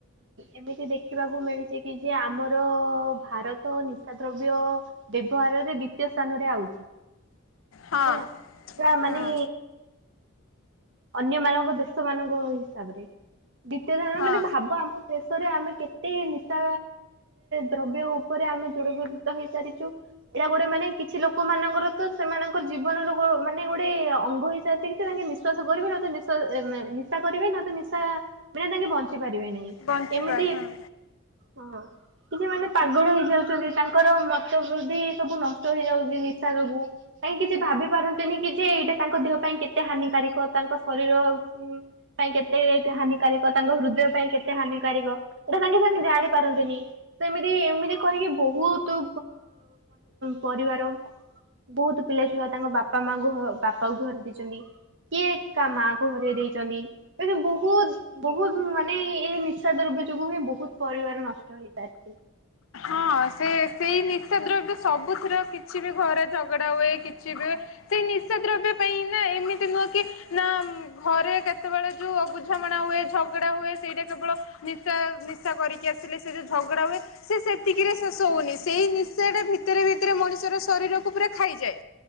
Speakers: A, on the right (about 55°); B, on the left (about 70°).
A: ଏମିତି ଦେଖିବାକୁ ମିଳିଛି କି ଯେ ଆମର ଭାରତ ନିଶା ଦ୍ରବ୍ୟ ବ୍ୟବହାରରେ ବି ଦ୍ୱିତୀୟ ସ୍ଥାନ ରେ ଆଉଛି
B: ହଁ
A: ହେଲା ପୁରା ମାନେ
B: ହୁଁ
A: ଅନ୍ୟ ମାନଙ୍କ ଦେଶ ମାନଙ୍କ ହିସାବରେ। ଦ୍ୱିତୀୟ ଧରଣ
B: ହଁ
A: ମାନେ ଭାବ ଆମ ଶେଷରେ ଆମେ କେତେ ନିଶା ଦ୍ରବ୍ୟ ଉପରେ ଆମେ ଯୁଡ଼ିତ ହେଇସାରିଛୁ ଏଇଟା ଗୋଟେ ମାନେ ମାନେ କିଛି ଲୋକ ମାନଙ୍କର ତ ସେମାନଙ୍କର ଜୀବନର ମାନେ ଗୋଟେ ଅଙ୍ଗ ହିସାବରେ ସେ ତାଙ୍କେ ନିଶ୍ଵାସ କର <unintelligible> ନିଶା କରିବେ ନ ତ ନିଶା ମାନେ ତାଙ୍କେ ବଞ୍ଚିବ
B: ବଞ୍ଚିପାର
A: ଏମିତି
B: ହଁ
A: ହଁ କିଛି ମାନେ ପାଗଳ ହେଇଯାଉ ତାଙ୍କର ମତ ବୃଦ୍ଧି ସବୁ ନଷ୍ଟ ହେଇଯାଉଛି ନିଶା ଯୋଗୁ କାହିଁକି କିଛି ଭାବି ପାରନ୍ତିନି। କି ଯେ ଏଇଟା ତାଙ୍କ ଦେହ ପାଇଁ କେତେ ହାନିିକାରକ ତାଙ୍କ ଶରୀର ଉଁ ପାଇଁ କେତେ କେତେ ହାନିିକାରକ ତାଙ୍କ ହୃଦୟ ପାଇଁ କେତେ ହାନିିକାରକ ଏଟା ସାଙ୍ଗେ ସାଙ୍ଗେ ଜାଣିପାରନ୍ତିନି ସେମିତି ଏମିତି କରିକି ବହୁତ ପରିବାର। ବହୁତ ପିଲା ଛୁଆ ତାଙ୍କ ବାପା ମାଙ୍କୁ ବାପାକୁ ଧରି ଦେଇଛନ୍ତି। କିଏ କା ମାଙ୍କୁ ଘରେ ଦେଇଛନ୍ତି ଏମି ବହୁତ ବହୁତ ମାନେ ଏ ନିଃଶା ଦ୍ରବ୍ୟ ଯୋଗୁ ହିଁ ବହୁତ ପରିବାର ନଷ୍ଟ ହେଇପାରିଛି।
B: ହଁ ସେ ସେଇ ନିଶା ଦ୍ରବ୍ୟ ସବୁଥିର କିଛି ବି ଘରେ ଝଗଡା ହୁଏ କିଛି ବି ହୁଏ ସେ ନିଶା ଦ୍ରବ୍ୟ ପାଇଁ ନା ଏମିତି ନୁହଁ କି ନା ଘରେ କେତେବେଳେ ଯୋଉ ବୁଝାମଣା ହୁଏ। ଝଗଡା ହୁଏ ସେଇଟା କେବଳ ନିଶା ନିଶା କରିକି ଆସିଲେ ସେ ଝଗଡା ହୁଏ ସେ ସେ ଏତିକିରେ ଶେଷ ହଉନି ସେଇ ନିଶ୍ଚୟ ଟା ଭିତରେ ଭିତରେ ମଣିଷର ଶରୀରକୁ ପୁରା ଖାଇଯାଏ।